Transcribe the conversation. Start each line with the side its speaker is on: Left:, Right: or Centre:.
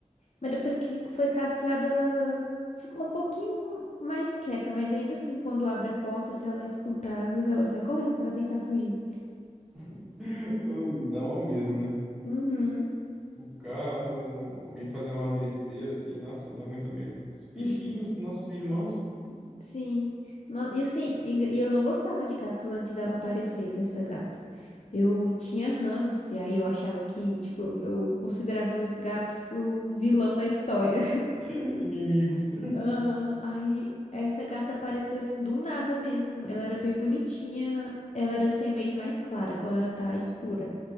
Left: Mas depois que foi castrada, ela ficou um pouquinho mais quieta, mas ainda assim, quando abre a porta, se ela escutar, às vezes ela sai correndo pra tentar fugir.
Centre: <laughs> Hum, Dá mal medo, né?
Left: Uhum.
Centre: O carro, alguém fazer uma besteira assim, nossa, dá muito medo. Os bichinhos,
Left: Hum,
Centre: nossos irmãos,
Left: Sim. No- E assim, e engra- e eu não gostava de gatos antes dela aparecer, dessa gata. Eu tinha hamster, aí eu achava que, tipo, eu eu considerava os gatos o vilão da história.
Centre: <laughs> inimigos. <laughs>
Left: Aham, Aí essa gata apareceu assim do nada mesmo. Ela era bem bonitinha. Ela era siamês mais clara, agora ela tá escura.